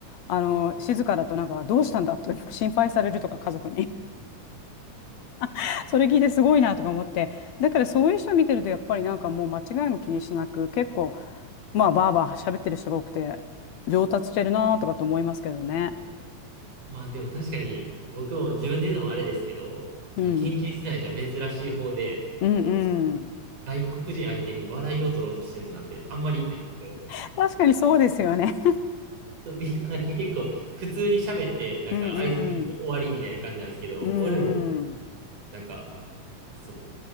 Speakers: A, on the left (about 70°); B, on the right (about 85°).
A: あの、静かだとなんか、どうしたんだと <laughs> 心配されるとか、家族に。<laughs> それ聞いてすごいなとか思って。だからそういう人見てると、やっぱりなんかもう間違いも気にしなく、結構、まあ、バーバー喋ってる人が多くて、上達してるなとかと思いますけどね。
B: まあでも確かに僕も自分で言うのもあれですけど、その研究室内じゃ珍しい方で、
A: うん。うん
B: もう
A: うん。
B: 外国人相手に笑いを取ろうとしてるのなんてあんまりいないんですよ。
A: <laughs> 確かにそうですよね。
B: そうみんななんか結構普通に喋ってなんか相槌中って終わりみたいな感じなんですけど、
A: うんうん。うんうん。
B: 俺もなんかそう